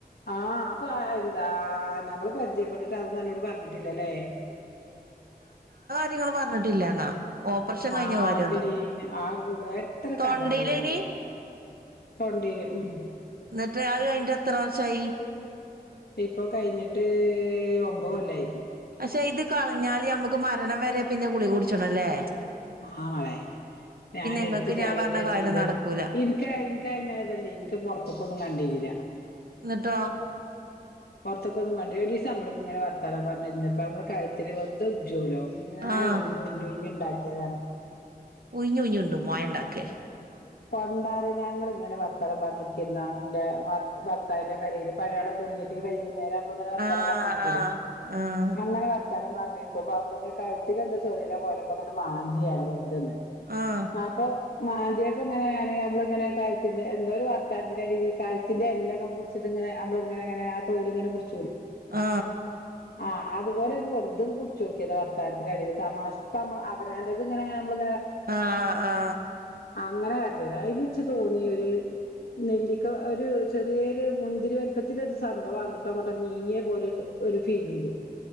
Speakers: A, on the left (about 80°); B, on the right (about 70°).
A: ആ അപ്പൊ അ എന്താ നമ്മൾ പരിചയപ്പെട്ടിട്ട് അതോന്നോട് പറഞ്ഞിട്ടില്ലല്ലേ?
B: ത് ങ്ങൾ പറഞ്ഞിട്ടില്ല ന്നാ. ഓപ്പർഷം കഴിഞ്ഞ
A: ആഹ്
B: കാര്യന്നു
A: അല്ലടി ആ എത്ര
B: തൊണ്ടയിലേയ്നി?
A: കഥ അറിയാണ്ട് തൊണ്ടീല് ഉം
B: ന്നിട്ട് അത് കയ്ഞ്ഞിട്ട് എത്ര വർഷായി
A: ഇപ്പൊ കയ്ഞ്ഞിട്ട് ഒമ്പത് കൊല്ലായി
B: ചെയ്ത് കളഞ്ഞാല് നമ്മക്ക് മരണം വരെ പിന്നെ ഗുളിക കുടിച്ചണംല്ലേ
A: ആമളേ ഞാൻ
B: ഇങ്ങക്ക്
A: എടുത്ത് ചാടിട്ടേ
B: ഞാൻ പറഞ്ഞ കാര്യം
A: ചീതത്
B: നടക്കൂല
A: ഇൻക്ക് ഇൻക്കതല്ലേ എനിക്ക് പൊറത്ത്ക്കൊന്നും കണ്ടി ല്ല
B: ന്നിട്ടോ
A: പൊറത്തൊക്കൊന്നും കണ്ടി ഒരീസം നമ്മളിങ്ങനെ വർത്താനം പറഞ്ഞിരുന്നപ്പ നമ്മള് കയ്ത്തില് വെറ്തെ ഉജ്ജോലോ ഇങ്ങനെ
B: ആഹ്
A: ഉയിഞ്ഞുയ്ഞ്ഞുയ്ഞ്ഞു ണ്ടാക്കിയതാണ്
B: ഉയിഞ്ഞു ഉയിഞ്ഞുമൊയണ്ടാക്കേ
A: പണ്ടാരം ഞങ്ങളിങ്ങനെ വർത്താനം പറഞ്ഞിരിക്കെർന്നാ ന്റെ ഭർത്താവിന്റെ പെരേൽ പഴയാളകു ഫ്രീ ആയ് ടീ വൈകുന്നേരം നമ്മളിങ്ങനെ വർത്താനം
B: ആഹ്
A: പറഞ്ഞിരിക്കൂലേ
B: ആഹ് ആഹ്
A: അങ്ങനെ വർ ത്താനം പറഞ്ഞിരിക്കുമ്പോ അമ്മള് കഴുത്തിൽ എന്തോ ചൊറിയണ പോലപ്പോ ങ്ങനെ മാന്തി തന്നെ
B: ആഹ്
A: അപ്പൊ മാന്തിയട് പ്പ് ങ്ങനെ ഞാന് നമ്മള് ഇങ്ങെനെ കഴുത്തിന്റെ എന്തോ ഒരു വർത്താനത്തിന്റെടേൽ കഴുത്തിന്റെ എല്ലാംക്കെ പിടിച്ചിട്ട് ഇങ്ങനെ അമ്മള് ങ്ങനങ്ങെനെ ആ തൊലിങ്ങനെ പുട് -
B: ആ
A: ആ അതുപോലൊന്ന് വെറുതൊന്ന് പുട്ച്ചോക്കേതാ വാർത്താനത്തിന്റെ എടേല് തമാശ്ക്ക് മ്മള് അവനാന്റേത് ങ്ങനെ മ്മള്
B: ആ ആ
A: അങ്ങനെ കാട്ടിയത അയിലിച്ചു തോന്നി ഒര് നെല്ലിക്ക ഒരു ചെറിയൊരു മുന്തിരി വലിപ്പത്തിൽ ഒരു സംഭവം അങ്ങോട്ടോ അങ്ങോട്ടോ നീങ്ങിയ പോലൊരു ഒരു ഫീലിതു